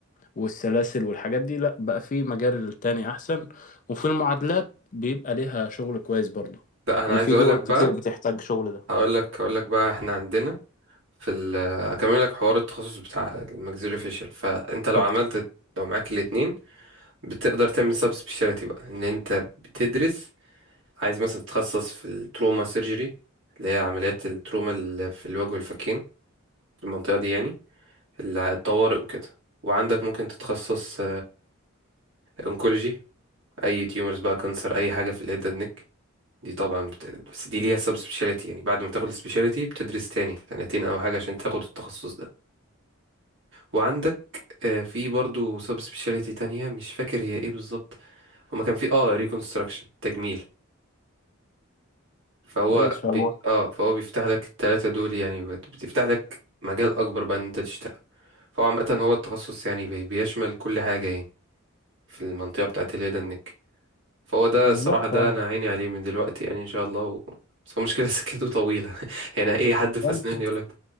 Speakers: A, on the left (about 40°); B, on the right (about 65°).
A: والسلاسل والحاجات دي لا بقى في مجال تاني احسن وفي المعادلات بيبقى ليها شغل كويس برضو
B: لا انا
A: يعني
B: عايز
A: في
B: اقول
A: دول
B: لك
A: كتير
B: بقى
A: بتحتاج شغل ده
B: هقول لك هقول لك بقى احنا عندنا في ال اكمل لك حوار التخصص بتاع الماكسيلو فيشل فانت لو
A: بالظبط
B: عملت لو معاك الاتنين بتقدر تعمل سب سبيشاليتي بقى ان انت بتدرس عايز مثلا تتخصص في التروما سيرجري اللي هي عمليات التروما اللي في الوجه والفكين في المنطقة دي يعني اللي- الطوارئ وكده وعندك ممكن تتخصص انكولوجي اي تيومرز بقى كانسر اي حاجة في الهيد اند نيك دي طبعا بت... بس دي ليها سب سبيشاليتي يعني بعد ما تاخد السبيشاليتي بتدرس تاني سنتين او حاجة عشان تاخد التخصص ده وعندك آه، في برضو سب سبيشاليتي تانية مش فاكر هي ايه بالظبط هما كان في اه ريكونستراكشن تجميل فهو
A: كويس
B: بي...
A: والله
B: اه فهو بيفتح لك التلاتة دول يعني بت- بتفتح لك مجال اكبر بقى ان انت تشتغل فهو عامة هو التخصص يعني بي... بيشمل كل حاجة يعني في المنطقة بتاعت اليد النك فهو ده
A: بالظبط
B: الصراحة ده
A: اه
B: انا عيني عليه من دلوقتي يعني ان شاء الله و... بس هو مشكلة <laughs> سكته طويلة <laughs> يعني اي حد في
A: فأنت-
B: اسنان يقول لك